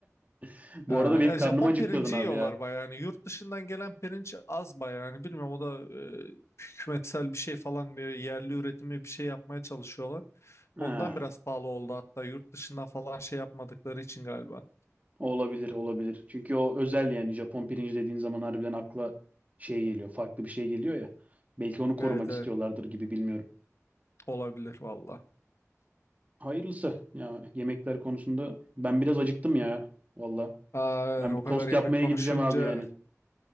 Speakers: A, on the right; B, on the left.
A: <laughs> Bu
B: Ha,
A: arada benim
B: ya
A: karnım
B: Japon
A: acıktırdın
B: pirinci
A: abi
B: yiyorlar
A: ya.
B: bayağı. Yani yurt dışından gelen pirinç az bayağı. Yani bilmiyorum o da e, hükümetsel bir şey falan bir yerli üretimi bir şey yapmaya çalışıyorlar.
A: Ha,
B: Ondan biraz pahalı oldu hatta yurt dışından falan şey yapmadıkları için galiba.
A: olabilir, olabilir. Çünkü o özel yani Japon pirinci dediğin zaman harbiden akla şey geliyor, farklı bir şey geliyor ya. Belki onu korumak
B: Evet evet
A: istiyorlardır gibi bilmiyorum.
B: olabilir valla.
A: Hayırlısı. Ya yemekler konusunda ben biraz acıktım ya. Valla.
B: Aa,
A: Ben bir tost
B: o kadar yemek
A: yapmaya
B: konuşunca
A: gideceğim abi yani.